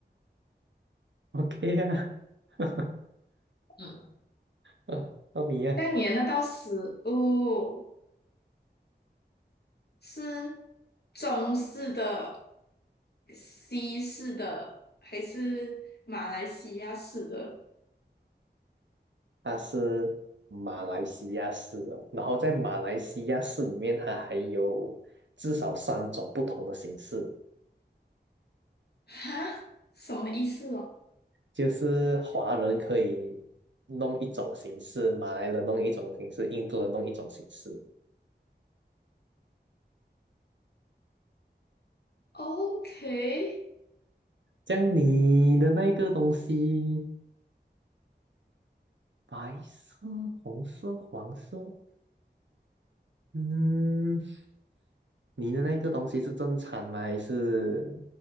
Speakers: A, on the right (about 90°); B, on the left (about 65°).
A: ，OK 呀、<laughs>
B: 嗯，
A: 嗯，到你呀、
B: 那你的那道食物是中式的、西式的，还是马来西亚式的？
A: 它是马来西亚式的，然后在马来西亚式里面，它还有至少三种不同的形式，
B: 哈，什么意思哦
A: 就是华人可以弄一种形式，马来人弄一种形式，印度人弄一种形式。
B: ？OK，
A: 这样你的那个东西，白色、红色、黄色，嗯，你的那个东西是正餐吗？还是